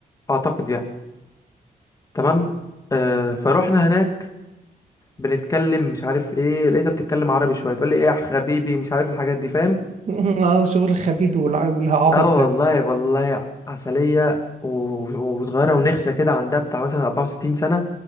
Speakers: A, on the left; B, on the right.
A: اعتقد يعني تمام اه فروحنا هناك بنتكلم مش عارف ايه لقيتها بتتكلم عربي شويه تقول لي ايه يا حبيبي مش عارف الحاجات دي فاهم
B: <laughs> اه شغل خبيبي والع- والعبط
A: اه
B: ده
A: والله والله عسلية و- وصغيرة ونخشة كده عندها بتاع مثلا 64 سنة